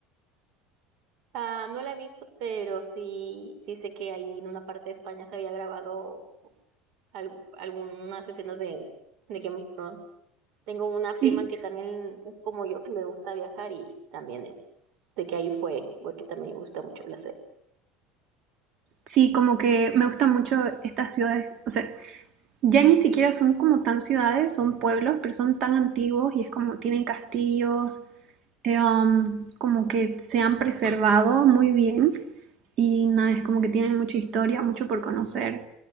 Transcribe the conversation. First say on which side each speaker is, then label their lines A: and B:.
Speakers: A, on the right; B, on the right.
A: Ah, no la he visto, pero sí, sí sé que ahí en una parte de España se había grabado al- algunas escenas de, de Game of Thrones. Tengo una
B: Sí.
A: prima que también es como yo, que le gusta viajar y también es de que ahí fue, porque también le gusta mucho la serie.
B: Sí, como que me gustan mucho estas ciudades, o sea, ya ni siquiera son como tan ciudades, son pueblos, pero son tan antiguos y es como tienen castillos, eh, um, como que se han preservado muy bien y nada, es como que tienen mucha historia, mucho por conocer